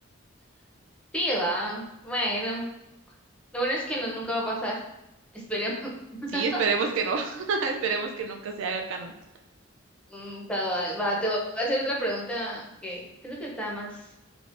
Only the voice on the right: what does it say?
Sí, esperemos que no, <laughs> esperemos que nunca se haga canon.